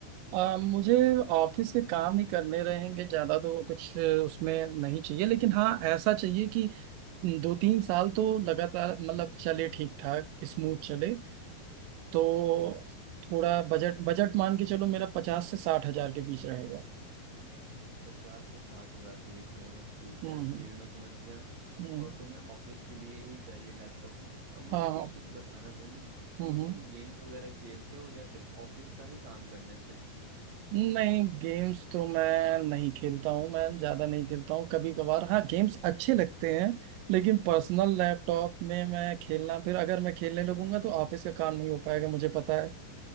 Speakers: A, on the right (about 90°); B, on the right (about 50°).
A: आ, मुझे ऑफिस के काम ही करने रहेंगे ज़्यादा तो कुछ उसमें नहीं चाहिए लेकिन हाँ ऐसा चाहिए कि दो तीन साल तो लगातार मतलब चले ठीक ठाक स्मूथ चले तो
B: हम्म,
A: थोड़ा बजट बजट मान के चलो मेरा पचास से साठ हजार के बीच रहेगा
B: पचास से साठ हजार के बीच में होगा ठीक
A: हम्म
B: है ये भी मैं समझ गया
A: हम्म हम्म,
B: और तुम्हें ऑफिस के लिए ही चाहिए लैपटॉप अब मुझे
A: हाँ हाँ
B: एक चीज बताना तुम कि
A: हम्म हम्म।
B: तुम गेम्स वगैरह खेलते हो या सिर्फ ऑफिस का ही काम करना है सिर्फ
A: नहीं गेम्स तो मैं नहीं खेलता हूँ मैं ज्यादा नहीं खेलता हूँ कभी
B: हम्म,
A: कभार हाँ गेम्स अच्छे लगते हैं
B: हम्म,
A: लेकिन पर्सनल
B: हम्म
A: लैपटॉप में मैं खेलना फिर अगर मैं खेलने लगूंगा
B: हम्म
A: तो ऑफिस का काम नहीं हो पाएगा
B: हम्म।
A: मुझे पता है